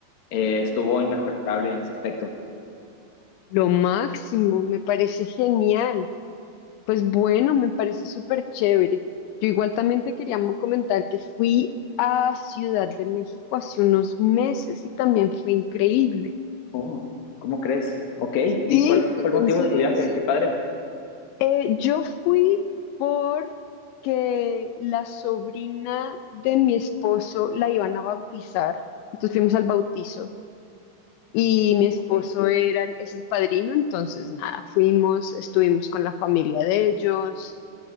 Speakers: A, on the left (about 60°); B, on the left (about 80°).
A: eh, estuvo inmejorable en ese aspecto.
B: Lo máximo, me parece genial. Pues bueno, me parece súper chévere. Yo igual también te quería mo- comentar que fui a Ciudad de México hace unos meses y también fue increíble.
A: Oh, ¿cómo crees? Ok, ¿y
B: Sí,
A: cuál
B: qué
A: fue
B: coincidencia.
A: el motivo de tu viaje? Qué padre.
B: Eh, yo fui porque la sobrina de mi esposo la iban a bautizar, entonces fuimos al bautizo y mi esposo
A: Ok.
B: era, el- es el padrino, entonces nada, fuimos, estuvimos con la familia de ellos,